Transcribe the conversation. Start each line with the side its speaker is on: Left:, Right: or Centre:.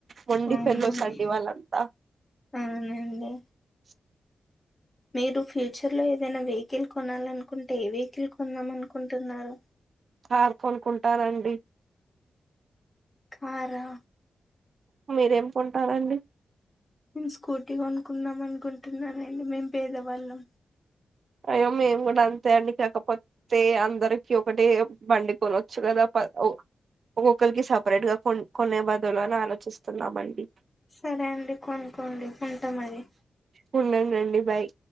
Right: మొండి
Left: అవునండి
Right: ఫెలోస్ అండి వాళ్లంత
Left: అవునండి
Right: <inaudible>
Left: మీరు ఫ్యూచర్లో ఏదైన వెహికిల్ కొనాలనుకుంటే ఏ వెహికిల్ కొందమనుకుంటున్నారు
Right: కార్ కొనుకుంటానండి
Left: కార
Right: మీరేం కొంటారండి
Left: మేము స్కూటీ కొనుక్కున్నాం అనుకుంటున్నానండి మేము పేదవాళ్ళం
Right: అయ్యో మేము కూడ అంతే అండి కాకపోతే అందరికి ఒకటే బండి కొనోచ్చు కదా ఒక్కొక్కలకి సపరేట్ గా కొ కొనే బదులు అని ఆలోచిస్తున్నామండి
Left: సరే అండి కొనుక్కోండి ఉంట మరి
Right: వుండండండి బాయ్